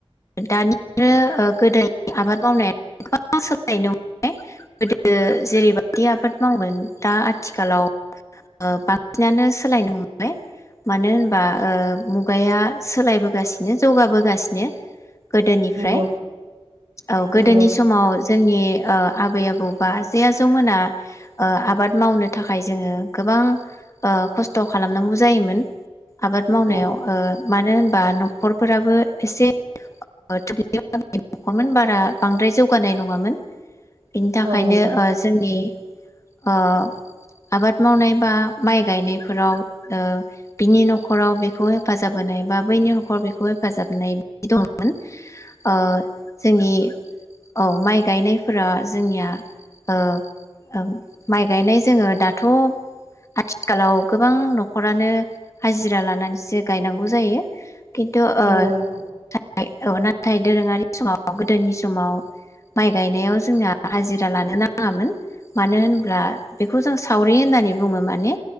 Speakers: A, on the left (about 30°); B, on the right (about 70°).
A: दानि आरो गोदोनि आबाद मावनाया गोबां सोलायनो हमबाय गोदो जेरैबायदि आबाद मावगोन दा आथिखालाव बांसिनानो सोलायनो हमबाय मानो होनबा मुगाया सोलायबोगासिनो जौगाबोगासिनो गोदोनिफ्राय
B: नंगौ
A: औ गोदोनि
B: नंगौ
A: समाव जोंनि ओ आबै आबौ बा आजै आजौमोना ओ आबाद मावनो थाखाय जोङो गोबां ओ खस्थ' खालामनांगौ जायोमोन । आबाद मावनायाव
B: नं
A: मानो होनबा न'खरफोराबो एसे आ <unintelligible> <inaudible> बांद्राय जौगानाय नङामोन । बिनि थाखायनो
B: औ नंगौ
A: ओ जोंनि ओ आबाद मावनाय बा माइ गायनायफोराव ओ बिनि न'खराव बेखौ हेफाजाब होनाय बा बैनि न'खराव बेखौ हेफाजाब होनाय दंमोन ओ जोंनि औ माइ गायनायफोरा जोंनिया ओ ओम माइ गायनाय जोङो दाथ'आथिखालाव गोबां न'खरानो हाजिरा लानानैसो गायनांगौ जायो । खिन्थु ओ
B: नंगौ नंगौ
A: थाय औ नाथाय दोरोङारि समाव गोदोनि समाव माइ गायनायाव जोंना हाजिरा लानो नाङामोन मानो होन ब्ला बेखौ जों सावरि होननानै बुङो माने